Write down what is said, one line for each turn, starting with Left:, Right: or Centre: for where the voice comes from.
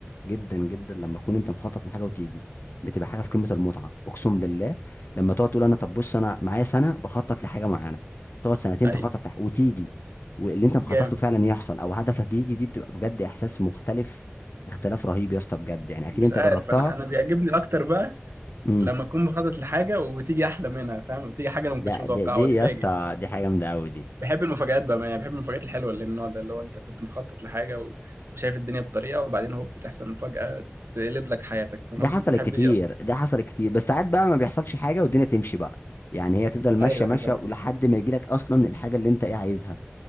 Left: جدا جدا لما اكون انت مخطط لحاجه وتيجي بتبقى حاجه في قمه المتعه اقسم بالله لما تقعد تقول انا طب بص انا معايا سنه بخطط لحاجه معينه تقعد سنتين
Right: ايوه
Left: تخطط لح... وتيجي واللي انت مخطط
Right: جامد
Left: له فعلا يحصل او هدفك يجي دي بتبقى بجد احساس مختلف اختلاف رهيب يا اسطى بجد يعني اكيد
Right: مش
Left: انت
Right: عارف
Left: جربتها
Right: انا انا بيعجبني اكتر بقى
Left: امم
Right: لما اكون مخطط لحاجه وبتيجي احلى منها فاهم بتيجي حاجه انا ما
Left: لا
Right: كنتش متوقعها
Left: دي, دي
Right: واتفاجئ
Left: يا اسطى دي حاجه جامده قوي دي
Right: بحب المفاجآت بقى ما يعني بحب المفاجآت الحلوه اللي من النوع ده اللي هو انت كنت مخطط لحاجه و... وشايف الدنيا بطريقه وبعدين هو بتحصل مفاجاه تقلب لك حياتك فاهم
Left: دي
Right: قصدي
Left: حصلت
Right: بحب
Left: كتير
Right: دي اكتر
Left: دي حصلت كتير بس ساعات بقى ما بيحصلش حاجه والدنيا تمشي بقى يعني هي تفضل ماشيه
Right: ايوه
Left: ماشيه
Right: ايوه فاهم
Left: ولحد ما يجيلك اصلا الحاجه اللي انت ايه عايزها